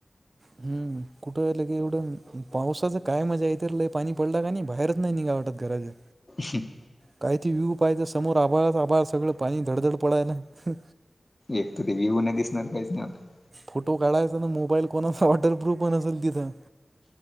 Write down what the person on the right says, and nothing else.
हम्म कुठंलं की एवढं पावसाचं काय मजा येत ल पाणी पडला का नाही बाहेरच नाही निघा वाटतं घराच्या
काही त व्यू पाहिजं समोर आभाळ आभाळ, सगळं पाणी धडधड पडायला. ह...
फोटो काढायचा ना मोबाईल, कोणाचा वटर्रूफ पण असेल तिथं.